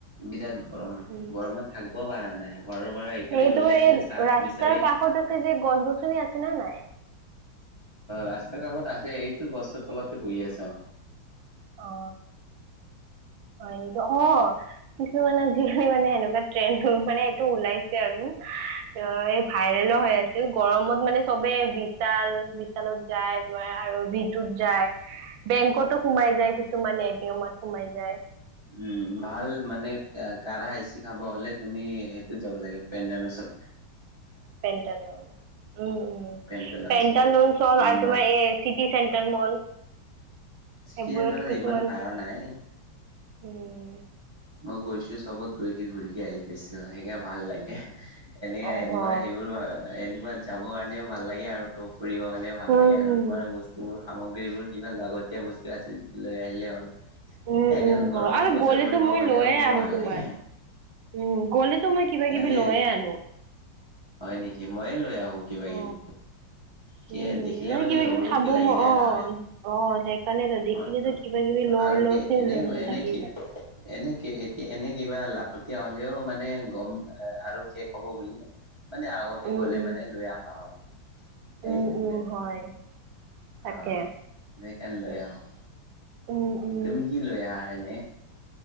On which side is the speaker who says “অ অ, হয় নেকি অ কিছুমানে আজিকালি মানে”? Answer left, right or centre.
Right